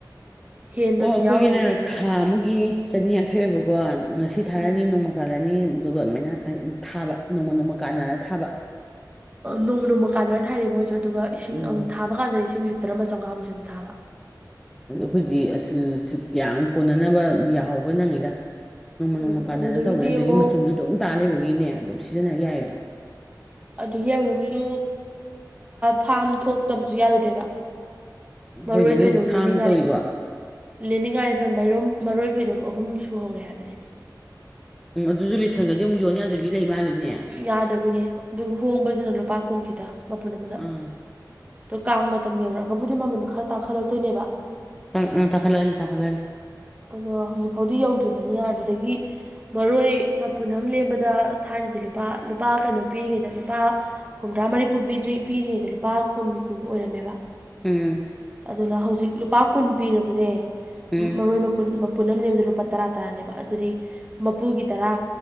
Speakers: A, on the right (about 20°); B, in the centre.
A: ꯍꯦꯟꯕꯁꯨ
B: ꯑꯣ ꯑꯩꯈꯣꯏꯒꯤꯅ
A: ꯌꯥꯎꯔꯤꯅꯦ ꯑꯗꯨꯗ
B: ꯊꯥ ꯑꯃꯒꯤ ꯆꯅꯤꯌꯥꯡꯈꯩ ꯑꯣꯏꯕꯀꯣ ꯉꯥꯁꯤ ꯊꯥꯔꯅꯤ
A: ꯎꯝ
B: ꯅꯣꯡꯃ ꯀꯥꯜꯂꯅꯤ ꯑꯗꯨꯒ ꯑꯗꯨꯃꯥꯏꯅ ꯊꯥꯕ ꯅꯣꯡꯃ ꯅꯣꯡꯃ ꯀꯥꯟꯅꯔ ꯊꯥꯕ
A: ꯅꯣꯡꯃ ꯅꯣꯡꯃ ꯀꯥꯟꯅꯅ ꯊꯥꯏꯅ ꯃꯣꯏꯁꯨ ꯑꯗꯨꯒ ꯏꯁꯤꯡ
B: ꯎꯝ
A: ꯑꯃꯨꯛ ꯊꯥꯕ ꯀꯥꯟꯗ ꯏꯁꯤꯡꯁꯤ ꯇꯔꯃ ꯆꯥꯝꯉꯥꯃꯨꯛ ꯑꯗꯨ ꯊꯥꯕ
B: ꯑꯗꯨ ꯑꯩꯈꯣꯏꯗꯤ ꯌꯥꯝ ꯀꯣꯟꯅꯅꯕ ꯌꯥꯍꯧꯕ ꯅꯪꯉꯤꯗ ꯅꯣꯡꯃ ꯅꯣꯡꯃ
A: ꯎꯝ
B: ꯀꯥꯟꯗꯅ
A: ꯑꯗꯨꯗꯒꯤꯗꯤ
B: ꯇꯧꯅꯤ ꯑꯗꯨꯗꯒꯤ
A: ꯑꯃꯨꯛ
B: ꯃꯆꯨꯝꯁꯨ ꯑꯗꯨꯝ ꯇꯥ ꯂꯩꯕꯒꯤꯅꯦ ꯑꯗꯨꯝ ꯁꯤꯖꯤꯟꯅꯕ ꯌꯥꯏꯑꯕ
A: ꯑꯗꯨꯗꯒꯤ ꯑꯃꯨꯛꯁꯨ ꯐꯥꯝ ꯊꯣꯛꯇꯕꯁꯨ ꯌꯥꯔꯣꯏꯗꯣꯏꯦꯕ ꯃꯔꯣꯏ
B: ꯍꯣꯏꯅꯦ ꯅꯣꯏꯁꯨ
A: ꯐꯩꯗꯣꯝ
B: ꯐꯥꯝ
A: ꯂꯅꯤꯡꯉꯥꯏ
B: ꯇꯧꯏꯀꯣ
A: ꯂꯦꯅꯤꯡꯉꯥꯏꯔꯣ ꯃꯔꯣꯏ ꯐꯩꯔꯣꯝ ꯑꯍꯨꯝ ꯁꯨꯍꯔꯦ ꯍꯥꯏꯕꯅꯤ
B: ꯎꯝ ꯑꯗꯨꯁꯨ ꯂꯤꯁꯪꯒꯗꯤꯨꯛ ꯌꯣꯟ ꯌꯥꯗꯕꯤ ꯂꯩ ꯃꯥꯜꯂꯤꯅꯦ
A: ꯌꯥꯗꯕꯤꯅꯤ ꯑꯗꯨꯒ ꯍꯣꯡꯕꯁꯤꯅ ꯂꯨꯄꯥ ꯀꯨꯟ ꯈꯤꯇ ꯃꯄꯨꯟ ꯑꯃꯗ
B: ꯑꯥ
A: ꯑꯗꯣ ꯀꯥꯡ ꯃꯇꯝ ꯌꯧꯔꯛꯑꯒꯕꯨꯗꯤ ꯃꯃꯟꯗꯨꯣ ꯈꯔ ꯇꯥꯡꯈꯠꯂꯛꯇꯣꯏꯅꯦꯕ
B: ꯇꯥꯡꯈꯠꯂꯛꯑꯅꯤ ꯇꯥꯡꯈꯠꯂꯛꯑꯅꯤ
A: ꯑꯗꯣ ꯍꯧꯖꯤꯛ ꯐꯥꯎꯗꯤ ꯌꯧꯗ꯭ꯔꯤꯕꯅꯤꯅ ꯑꯗꯨꯗꯒꯤ ꯃꯔꯣꯏ ꯃꯄꯨꯟ ꯑꯃ ꯂꯦꯝꯕꯗ ꯊꯥꯏꯅꯗꯤ ꯂꯨꯄꯥ ꯂꯨꯄꯥ ꯀꯩꯅꯣ ꯄꯤꯔꯤꯉꯩꯗ ꯂꯨꯄꯥ ꯍꯨꯝꯗ꯭ꯔꯥ ꯃꯔꯤꯐꯨ ꯄꯤꯗ꯭ꯔꯤ ꯄꯤꯔꯤꯉꯩꯗ ꯂꯨꯄꯥ ꯀꯨꯟ ꯀꯀꯨꯟ ꯑꯣꯏꯔꯝꯃꯦꯕ
B: ꯎꯝ
A: ꯑꯗꯨꯅ ꯍꯧꯖꯤꯛ ꯂꯨꯄꯥ ꯀꯨꯟ ꯄꯤꯔꯕꯁꯦ
B: ꯎꯝ
A: ꯃꯔꯣꯏ ꯃꯄꯨꯟ ꯄꯨꯅꯝ ꯂꯗ ꯂꯨꯄꯥ ꯇꯔꯥ ꯇꯔꯥꯅꯦꯕ ꯑꯗꯨꯗꯤ ꯃꯄꯨꯒꯤ ꯇꯔꯥ